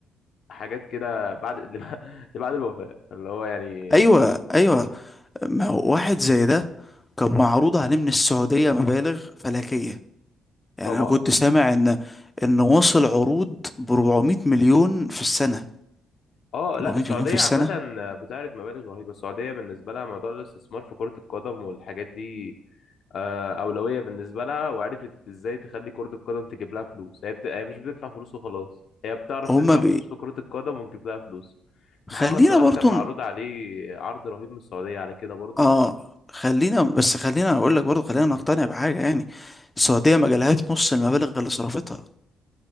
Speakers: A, on the left (about 65°); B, on the left (about 20°).
A: حاجات كده بعد <laughs> اللي بعد الوفاه اللي هو يعني
B: ايوه ايوه ما هو واحد زي ده كان معروض عليه من السعوديه مبالغ فلكيه يعني
A: طبعا
B: انا كنت سامع ان ان وصل عروض ب 400 مليون في السنه
A: اه لا
B: 400
A: السعودية
B: مليون في السنه
A: عامة بتعرض مبالغ رهيبة السعودية بالنسبة لها موضوع الاستثمار في كرة القدم والحاجات دي آه، أولوية بالنسبة لها وعرفت ازاي تخلي كرة القدم تجيب لها فلوس هي, بت... هي مش بتدفع فلوس وخلاص هي بتعرف
B: هما
A: تدفع فلوس في كرة القدم وتجيب لها فلوس
B: خلينا
A: محمد صلاح
B: برضو
A: كان معروض
B: ن-
A: عليه عرض رهيب من السعودية على كده برضو
B: اه خلينا بس خلينا اقول لك برضو خلينا نقتنع
A: مم.
B: بحاجه يعني السعوديه ما جالهاش نص المبالغ اللي صرفتها